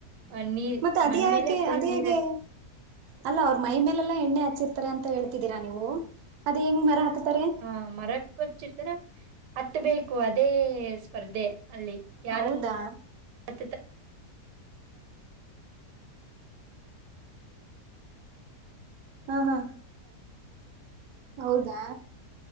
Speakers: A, on the right; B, on the right.
A: ಆ ನೀರ್
B: ಮತ್ತೆ ಅದ್
A: ಮಣ್
B: ಯಾಕೆ
A: ಮೇಲೆ ಫುಲ್
B: ಅದು
A: ನೀರಾಗ್
B: ಹೇಗೆೆ. ಅಲ್ಲ ಅವ್ರ ಮೈ ಮೇಲೆಲ್ಲ ಎಣ್ಣೆ ಹಚ್ಚಿರ್ತಾರೆ ಅಂತ ಹೇಳ್ತಿದ್ದೀರಾ ನೀವು ಅದ್ ಹೆಂಗ್ ಮರ ಹತ್ತುತಾರೆ.
A: ಹ ಮರಕ್ ಹಚ್ಚಿರ್ತರ ಹತ್ಬೇಕು ಅದೇ ಸ್ಪರ್ಧೆ ಅಲ್ಲಿ. ಯಾರು
B: ಹೌದಾ
A: ಹತ್ತುತ್ತಾರೆ
B: ಹಾ ಹಾ ಹೌದಾ